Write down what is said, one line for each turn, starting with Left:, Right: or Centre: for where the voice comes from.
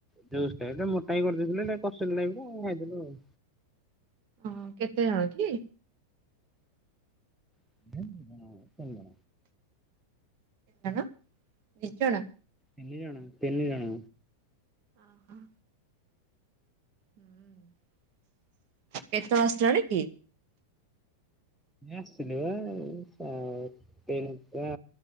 Centre: ଯୋଉ ମୋଟାକି କରିଦେଇଥିଲେ କସିଲା ଖାଇଦେଲୁ ଆଉ
Right: ହଁ କେତେ ଜଣ କି?
Centre: <inaudible>
Right: କଣ ଦି ଜଣ।
Centre: ତିନି ଜଣ ତିନି ଜଣ।
Right: ଓହୋ। ହୁଁ ନିଦ ଆସିଲାଣି କି?
Centre: ଆସିଥିଲ ବା କେଲତା